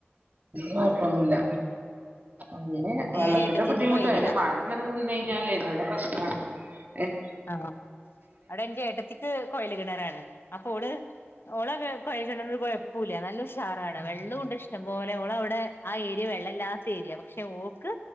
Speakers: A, on the right; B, on the left.
A: കൊഴപ്പൊന്നുല്ല അങ്ങനെ വെള്ളത്തിന്റെ
B: ഏഹ് ഏട്ടത്തിന്റെ
A: ബുദ്ധിമുട്ട്
B: കൂടെ ഓയില്
A: അയന്നെ
B: കടാ
A: മഴ ഇങ്ങനെ നിന്നയ്ഞ്ഞാലേ നല്ല പ്രശ്നമാണ് ഏഹ്
B: ആഹ് അഹ അവിടന്റെ ഏട്ടത്തി കൊയല് കിണറാണ് അപ്പൊ ഓള് ഓള കെയല് കിണറെകെയപ്പുല പോല നല്ല ഷാറാണ്
A: ആഹ്
B: വെള്ളുണ്ട് ഇഷ്ടം പോലെ ഓളവിടെ ആഹ ഏരിയ വെള്ളല്ലാത്ത ഏരിയാ പക്ഷെ ഓക്ക്